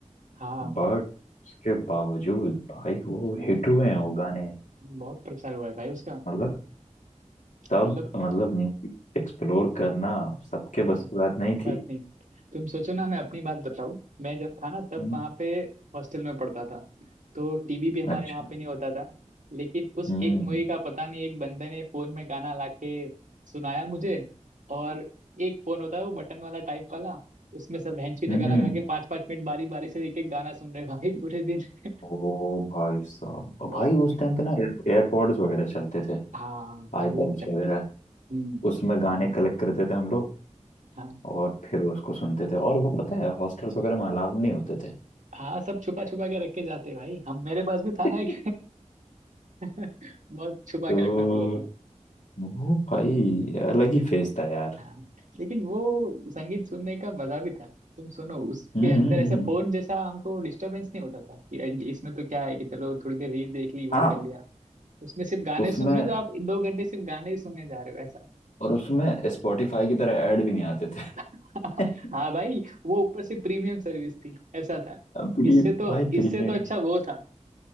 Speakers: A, on the right; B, on the left.
A: हाँ
B: बट उसके बावजूद भाई वो
A: हम्म,
B: हिट हुए हैं वो गाने
A: बहुत प्रचार हुआ है भाई उसका
B: मतलब तब
A: मतलब
B: मतलब म्यूजिक एक्सप्लोर करना सबके बस
A: हाँ,
B: की बात नहीं
A: बात
B: थी
A: नहीं तुम सोचो ना मैं अपनी बात बताऊं मैं जब था ना तब
B: हम्म,
A: वहाँ पे हॉस्टल में पढ़ता था तो टीवी भी हमारे
B: अच्छा
A: वहाँ पे नहीं होता था लेकिन उस
B: हम्म
A: एक मूवी का पता नहीं एक बंदे ने फोन में गाना लाके सुनाया मुझे और एक फोन होता है वो बटन वाला टाइप वाला उसमें सब हैंची लगा
B: हम्म
A: लगा
B: हम्म।
A: के पांच पांच मिनट बारी बारी से एक एक गाना सुन रहे भाई पूरे दिन <laughs>
B: ओ भाई साहब और
A: बहुत
B: भाई उस टाइम पे ना एयरपॉड्स वगैरह चलते थे
A: हाँ
B: आईपॉड्स
A: वो करें
B: वगैरह
A: हम्म
B: उसमें गाने कलेक्ट करते थे हम लोग
A: हाँ
B: और फिर उसको सुनते थे और वो पता है हॉस्टल्स वगैरह में अलाउड नहीं होते थे
A: हाँ सब छुपा छुपा के रख के जाते हैं भाई हम मेरे पास भी था
B: <laughs>
A: ना एक <laughs> बहुत छुपा
B: तो
A: के रखना पड़ता था
B: वो भाई अलग ही फेज था यार
A: हाँ लेकिन वो संगीत सुनने का मजा भी था तुम सुनो उसके
B: हम्म
A: अंदर
B: हम्म,
A: ऐसा
B: हम्म।
A: फोन जैसा हमको डिस्टरबेंस नहीं होता था कि ये- इसमें तो क्या है कि चलो थोड़ी देर रील देख ली वो
B: हाँ
A: कर लिया उसमें सिर्फ गाने
B: उसमें
A: सुन रहे हो तो आप दो घंटे सिर्फ गाने ही सुनने जा रहे हो ऐसा
B: और उसमें स्पॉटिफाई की तरह ऐड भी नहीं आते थे
A: <laughs>
B: <laughs>
A: हाँ भाई वो ऊपर से प्रीमियम सर्विस थी ऐसा था
B: प्री
A: इससे तो
B: भाई प्रीमियम
A: इससे तो अच्छा वो था